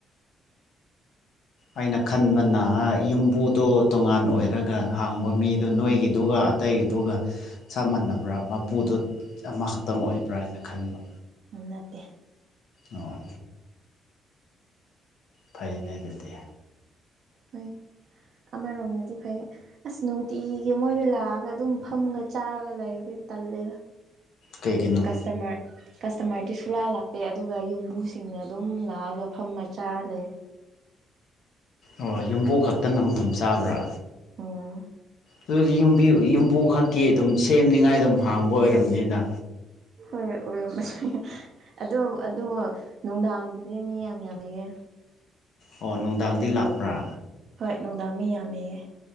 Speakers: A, on the left; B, on the right.
A: ꯑꯩꯅ ꯈꯟꯕꯅ ꯌꯨꯝꯕꯨꯗꯣ ꯇꯣꯉꯥꯟ ꯑꯣꯏꯔꯒ ꯍꯥꯡꯕ ꯃꯤꯗꯣ ꯅꯣꯏꯒꯤꯗꯨꯒ ꯇꯩꯗꯨꯒ ꯆꯞ ꯃꯥꯟꯅꯕ꯭ꯔꯥ ꯃꯄꯨꯗꯣ ꯑꯃꯈꯛꯇꯪ ꯑꯣꯏꯕ꯭ꯔꯥ ꯍꯥꯏꯅ ꯈꯟꯕ
B: ꯎ ꯅꯠꯇꯦ
A: ꯑꯣ ꯐꯩꯅꯦ ꯑꯗꯨꯗꯤ
B: ꯍꯣꯏ ꯑꯃꯔꯣꯝꯗꯗꯤ ꯐꯩ ꯑꯁ ꯅꯨꯡꯇꯤꯒꯤ ꯃꯣꯏꯗ ꯂꯥꯛꯑꯒ ꯑꯗꯨꯝ ꯐꯝꯒ ꯆꯥꯔꯒ ꯂꯩꯕꯩ ꯇꯜꯂꯦꯗ
A: ꯀꯩꯒꯤꯅꯣ
B: ꯀꯁꯇꯃꯔ ꯀꯁꯇꯃꯔꯗꯤ ꯁꯨꯂꯥ ꯂꯥꯛꯇꯦ ꯑꯗꯨꯒ ꯌꯨꯝꯕꯨꯁꯤꯡꯅ ꯑꯗꯨꯝ ꯂꯥꯛꯑꯒ ꯐꯝꯃ ꯆꯥꯔ ꯂꯩ
A: ꯑꯣ ꯌꯨꯝꯕꯨ ꯈꯛꯇꯅꯪ ꯑꯗꯨꯝ ꯆꯥꯕ꯭ꯔꯥ
B: ꯎꯝ
A: ꯑꯗꯨꯗꯤ ꯌꯨꯝꯕꯤ ꯌꯨꯝꯕꯨ ꯈꯛ ꯀꯦ ꯑꯗꯨꯝ ꯁꯦꯝꯅꯤꯉꯥꯏ ꯑꯗꯨꯝ ꯍꯥꯡꯕ ꯑꯣꯏꯔꯝꯅꯤꯗ
B: ꯍꯣꯏ ꯑꯣꯏꯔꯝꯕꯁꯨ ꯌꯥꯏ ꯑꯗꯣ ꯑꯗꯨ ꯅꯨꯡꯗꯥꯡꯗꯤ ꯃꯤ ꯌꯥꯝ ꯌꯥꯝꯃꯦꯑꯦ
A: ꯑꯣ ꯅꯨꯡꯗꯥꯡꯗꯤ ꯂꯥꯛꯄ꯭ꯔꯥ
B: ꯍꯣꯏ ꯅꯨꯡꯗꯥꯡ ꯃꯤ ꯌꯥꯝꯃꯦꯌꯦ